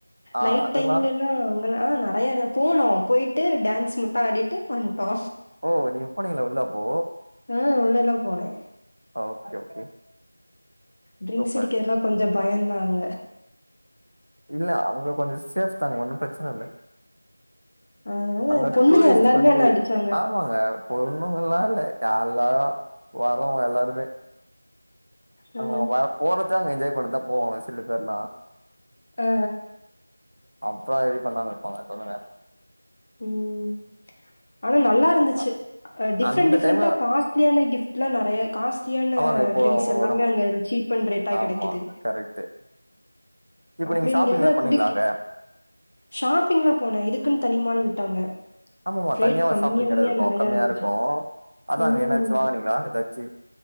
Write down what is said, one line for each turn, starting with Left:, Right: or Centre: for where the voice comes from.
Right: ஆ
Left: நைட்
Right: அதெல்லா
Left: டைம்லல்லா ஆ நெறய எடோ போனோ போயிட்டு டான்ஸ் மட்டு ஆடிட்டு வந்டோ
Right: ஓ நீங்க போனீங்களா உள்ள அப்போ
Left: உம் உள்ளல்லா போனே
Right: ஓகே ஓகே
Left: ட்ரிங்க்ஸ்
Right: சூப்பர்
Left: அடிக்கிறதுல்லா கொஞ்சோ பயந்தாங்க
Right: இல்ல அங்க கொஞ்சோ சேஃப் தாங்க ஒன்னும் பிரச்சன இல்ல
Left: அதனால
Right: அங்க
Left: பொண்ணுங்க
Right: டூரிஸ்ட்டுக்கு
Left: எல்லாருமே
Right: வந்து
Left: என்ன அடிச்சாங்க
Right: ஆ பொண்ணுங்கல்லா இல்ல எல்லாரு வர்றவங்க எல்லாருமே
Left: ஆ
Right: அங்க வ போறதே அங்க இதே படத்த போவாங்க சில பேர்லா
Left: அ அ
Right: அப்றோ ரெடி பண்ணாம இருப்பாங்க சொல்லுங்க
Left: உம் ஆனா நல்லா இருந்துச்சு
Right: அ
Left: அ டிஃப்ரெண்ட்
Right: அந்த
Left: டிஃரெண்டா
Right: டைம்ல
Left: காஸ்ட்லியான கிஃப்ட்ல்லா நெறைய காஸ்ட்லியான
Right: ஆமாங்க இப்போ
Left: ட்ரிங்க்ஸ் எல்லாமே
Right: நம்ம
Left: அங்க சீப் பன் ரேட்டா
Right: ஆமா
Left: கெடைக்குது
Right: கரெக்ட்டு இப்ப
Left: அப்டி
Right: நீங்க ஷாப்பிங்லா
Left: இங்க என்ன
Right: பண்ணீங்களா
Left: குடிக்
Right: அங்க
Left: ஷாப்பிங்லா போன இதுக்குன்னு தனிமால் விட்டாங்க
Right: ஆமா ஆமா
Left: ரேட்
Right: தனியா ஒரு
Left: கம்மி
Right: ஷாப்பிங்
Left: கம்மியா
Right: எடோ இருக்கு
Left: நெறையா
Right: கம்மியா
Left: இருந்துச்சு
Right: இருக்கு அதா
Left: ம்
Right: அங்க என்னாச்சு வாங்கனீங்களா எதாச்சு